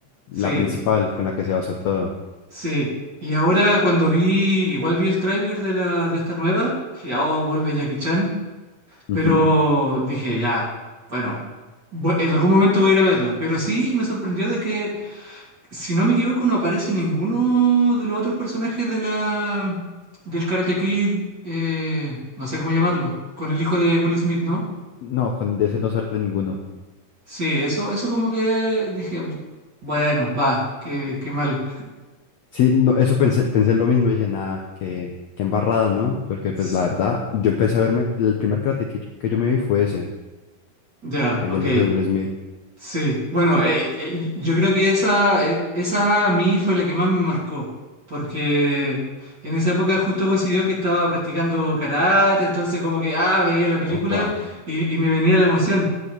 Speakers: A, on the left; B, on the right.
A: la
B: sí.
A: principal con la que se basó todo.
B: Sí, y ahora cuando vi, igual vi el tráiler de la de esta nueva, dije, oh, vuelve Jackie Chan, pero
A: Ujú.
B: dije, ya, bueno, vo- en algún momento voy a ir a verla, pero sí me sorprendió de que, si no me equivoco, no aparece ninguno de los otros personajes de la del Karate Kid, eh, no sé cómo llamarlo, con el hijo de Will Smith, ¿no?
A: No, con de ese no sale ninguno.
B: Sí, eso, eso como que dije, bueno, va, qué, qué mal.
A: Sí, no, eso pensé, pensé lo mismo, dije, nada, qué, qué embarrada, ¿no? Porque
B: S-
A: pues la verdad, yo empecé a verme, el primer Karate Kid que yo me vi fue ese,
B: Ya,
A: el
B: ok.
A: del hijo de Will Smith.
B: Sí, bueno, eh, eh, yo creo que esa, eh, esa a mí fue la que más me marcó, porque en esa época justo coincidió que estaba practicando karate, entonces como que, ah, veía la película
A: Opa,
B: y, y me venía la emoción.